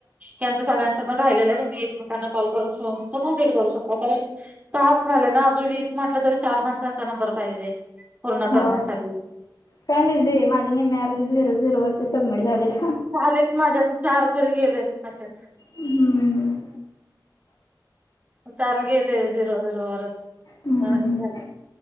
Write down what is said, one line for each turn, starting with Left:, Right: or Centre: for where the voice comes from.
Right: म्हनजे सगळ्यांचं पण राहिलेलं आहे तुम्ही एकमेकांना कॉल करून कंप्लिट करू शकता कारण दहाच झाले ना अजून वीस म्हटलं तरी चार माणसांचा नंबर पाहिजे. पूर्ण करण्यासाठी
Left: हो काय नाहीे माझे नेहमी अर्धे झिरो झिरोवरती सबमिट झालेत.
Right: झाले की माझे आता चार तरी गेले असेच
Left: हम्म..
Right: चार गेले झीरो झीरो वरच
Left: हम्म
Right: म्हना झाले